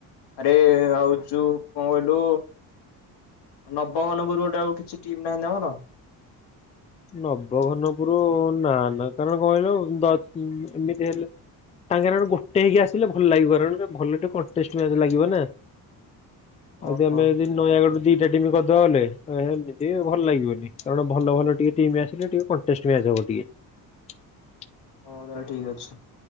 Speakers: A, on the left; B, on the left.
A: ଆରେ ଆଉ ଯୋଉ କଣ କହିଲୁ ନବବନପୁରୁ ଗୋଟେ ଆଉ କିଛି ଟିମ୍ ନାହାଁନ୍ତି ତମର?
B: ନବଘନପୁରୁ ନା ନା କାରଣ କଣ କହିଲୁ ଦଶ ଏମିତି ହେଲେ ତାଙ୍କେର ଗୋଟେ ହେଇକି ଆସିଲେ ଭଲ ଲାଗିବ କାରଣ ଭଲ ଟେ କଟେଷ୍ଟ ମ୍ୟାଚ ଲାଗିବ ନା।
A: ଓହୋ
B: ଆଜି ଆମେ ଯଦି ନୟାଗଡ ଦି ସେ ଟିମ ଗଧ ହେଲେ, ଏମିତି ଭଲ ଲାଗିବନି କାରଣ ଭଲ ଭଲ ଟିକେ ଟିମ ଆସିଲେ ଟିକେ କଂଟେଷ୍ଟ ମ୍ବାଚ ହବ ଟିକେ।
A: ହଉ ତାହଲେ ଠିକ ଅଛି।